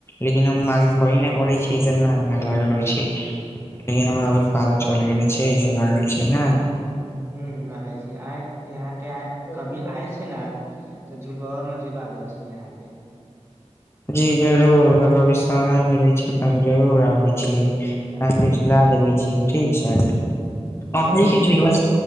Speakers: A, on the left; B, on the right.
A: लेकिन हम मांगवे नै करै छियै जे ना ना लाग लगई छै <inaudible> नै हमरा अभी पारा चल गेले छ ई सब लागल छै ने
B: <unintelligible> आइ यहाँकेँ आ कभी आय छै न तऽ झुलवा में झूला दे छै यहाँ केँ
A: जी जरूर तऽ कभी समय मिलै छै तऽ हम जरूर आबै छी अहाँकेँ झुला देबे छियै ठीक छै <inaudible>
B: जरूर
A: अहीं केँ झुलवा